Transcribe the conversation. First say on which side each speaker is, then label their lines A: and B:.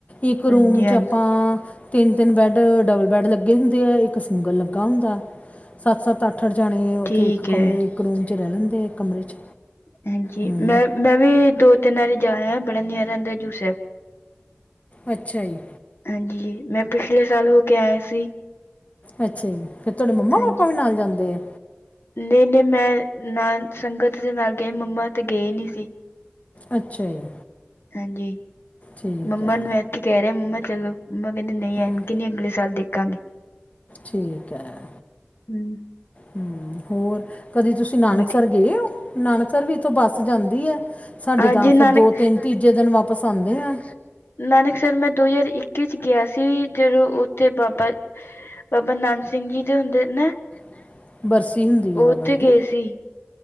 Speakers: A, on the left; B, on the left.
A: ਇੱਕ ਰੂਮ
B: ਹਾਂਜੀ
A: ਚ
B: ਹਾਂਜੀ
A: ਆਪਾਂ ਤਿੰਨ ਤਿੰਨ ਬੈਡ ਡਬਲ ਬੈਡ ਲੱਗੇੇ ਹੁੰਦੇ ਆ ਇੱਕ ਸਿੰਗਲ ਲੱਗਾ ਹੁੰਦਾ। ਸੱਤ-ਸੱਤ, ਅੱਠ-ਅੱਠ ਜਾਣੇ ਉੱਥੇ
B: ਠੀਕ
A: ਇੱਕ
B: ਹੈ
A: ਕਮਰੇ ਇੱਕ ਰੂਮ 'ਚ ਰਹਿ ਲੈਂਦੇ ਆ ਇੱਕ ਕਮਰੇ 'ਚ।
B: ਹਾਂਜੀ
A: ਹੂੰ
B: ਮੈਂ ਮੈਂ ਵੀ ਦੋ ਤਿੰਨ ਵਾਰੀ ਜਾਇ ਬੜਾ ਨਾਰਾ ਆਉਂਦਾ ਹਜੂਰ ਸਾਹਿਬ।
A: ਅੱਛਾ ਜੀ।
B: ਹਾਂਜੀ ਮੈਂ ਪਿਛਲੇ ਸਾਲ ਹੋ ਕੇ ਆਇਆ ਸੀ।
A: ਅੱਛਾ ਜੀ ਫਿਰ ਤੁਹਾਡੇ ਮੰਮਾ
B: ਹਾਂਜੀ
A: ਪਾਪਾ ਵੀ ਨਾਲ ਜਾਂਦੇ ਆ।
B: ਨਹੀਂ ਨਹੀਂ ਮੈਂ ਨਾਲ ਸੰਗਤ ਦੇ ਨਾਲ ਗਏ ਮੰਮਾ ਤੇ ਗਏ ਨੀ ਸੀ।
A: ਅੱਛਾ ਜੀ,
B: ਹਾਂਜੀ,
A: ਠੀਕ
B: ਮੰਮਾ
A: ਹੈ
B: ਨੂੰ ਮੈਂ ਇੱਥੇ ਕਹਿ ਰਿਹਾ ਮੰਮਾ ਚਲੋ ਮੰਮਾ ਕਹਿੰਦੀ ਨਹੀਂ
A: ਹੂੰ
B: ਐਤਕੀ ਨਾਇਬਅਗਲੇ ਸਾਲ ਦੇਖਾਂਗੇ।
A: ਠੀਕ ਹੈ
B: ਹਮ,
A: ਹੂੰ ਹੋਰ ਕਦੀ ਤੁਸੀਂ। ਤੁਸੀਂ ਨਾਨਕਸਰ
B: ਵਧੀਆ।
A: ਗਏ ਹੋ ਨਾਨਕਸ ਵੀ ਇੱਥੋਂ ਬੱਸ ਜਾਂਦੀ ਐ। ਸਾਡੇ
B: ਹਾਂਜੀ
A: ਤਾਂ
B: ਨਾਨਕ
A: ਫਿਰ ਦੋ ਤਿੰਨ ਤੀਜੇ ਦਿਨ ਵਾਪਿਸ ਆਂਦੇ ਆ।
B: ਨਾਨਕਸ ਮੈਂ ਦੋ ਹਜ਼ਾਰ ਇੱਕੀ ਚ ਗਿਆ ਸੀ ਜਦੋਂ ਉੱਥੇ ਬਾਬਾ ਬਾਬਾ ਨਾਨਕ ਸਿੰਘ ਜੀ ਦੇ ਹੁੰਦੇ ਨਾ।
A: ਨੇ ਬਰਸੀ ਹੁੰਦੀ ਆ
B: ਉਹ
A: ਬਾਬਾ
B: ਉੱਥੇ
A: ਜੀ
B: ਗਏ
A: ਦੀ
B: ਸੀ